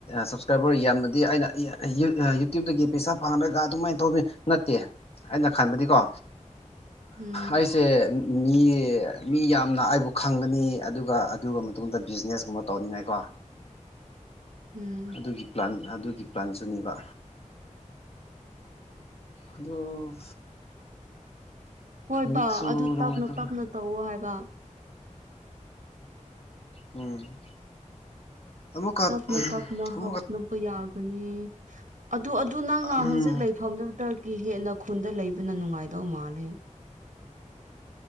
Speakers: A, on the left (about 50°); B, on the right (about 75°).
A: ꯁꯞꯁꯀ꯭ꯔꯥꯏꯕꯔ ꯌꯥꯝꯃꯗꯤ ꯑꯩꯅ ꯌꯨꯇ꯭ꯌꯕꯇꯒꯤ ꯄꯩꯁꯥ ꯐꯪꯍꯔꯒ ꯑꯗꯨꯃꯥꯏꯅ ꯇꯧꯅꯤ ꯅꯠꯇꯦ ꯑꯩꯅ ꯈꯟꯕꯗꯤꯀꯣ
B: ꯎꯝ
A: ꯑꯩꯁꯦ ꯃꯤ ꯃꯤ ꯌꯥꯝꯅ ꯑꯩꯕꯨ ꯈꯪꯒꯅꯤ ꯑꯗꯨꯒ ꯑꯗꯨ ꯃꯇꯨꯡꯗ ꯕꯤꯖꯤꯅꯦꯁꯀꯨꯝꯕ ꯇꯧꯅꯤꯡꯉꯥꯏꯀꯣ
B: ꯎꯝ
A: ꯑꯗꯨꯒꯤ ꯄ꯭ꯂꯥꯟ ꯑꯗꯨꯒꯤ ꯄ꯭ꯂꯥꯟꯁꯨꯅꯦꯕ ꯑꯗꯨꯣ
B: ꯍꯣꯏꯕ
A: ꯃꯤꯛꯁꯨ
B: ꯑꯗꯨ
A: ꯅꯨꯡꯉꯥꯏꯇꯕ
B: ꯇꯞꯅ ꯇꯞꯅ ꯇꯧꯋ ꯍꯥꯏꯕ
A: ꯎꯝ ꯑꯃꯨꯛꯀ
B: ꯇꯞꯅ ꯇꯞꯅ
A: ꯑꯃꯨꯛꯀ
B: ꯍꯥꯞꯅꯕ ꯌꯥꯒꯅꯤ ꯑꯗꯨ ꯑꯗꯨ ꯅꯪꯅ
A: ꯎꯝ
B: ꯍꯧꯖꯤꯛ ꯂꯩꯐꯝꯗꯨꯗꯒꯤ ꯍꯦꯟꯅ ꯈꯨꯟꯗ ꯂꯩꯕꯅ ꯅꯨꯡꯉꯥꯏꯗꯧ ꯃꯥꯜꯂꯦ